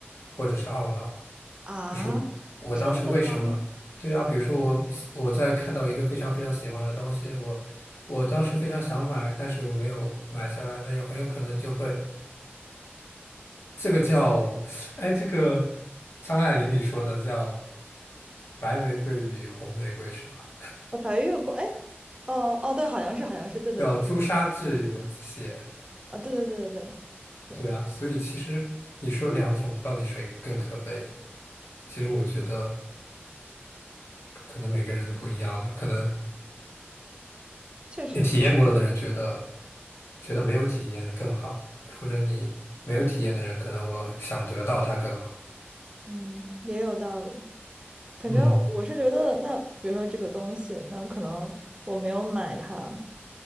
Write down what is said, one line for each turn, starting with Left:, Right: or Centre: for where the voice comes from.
Left: 或者是懊恼。
Right: 啊？
Left: 就是我当时为什么？
Right: 真的吗？
Left: 对啊，比如说我我在看到一个非常非常喜欢的东西，我我当时非常想买，但是我没有买下来，那有很有可能就会这个叫，哎，这个张爱玲里说的叫白玫瑰与红玫瑰是吧？
Right: 呃，白月光，哎，哦哦，对，好像是，好像是，对对对，
Left: 叫朱砂痣与蚊子血。
Right: 啊，对对对对对对，
Left: 对啊，所以其实你说两种到底谁更可悲？其实我觉得可能每个人都不一样吧，可能。
Right: 确实可能，
Left: 你体验过了的人觉得觉得没有体验更好，或者你没有体验的人，可能我想得到它更好。
Right: 嗯，也有道理。反正我是觉得，
Left: 嗯
Right: 那比如说这个东西，那可能我没有买它，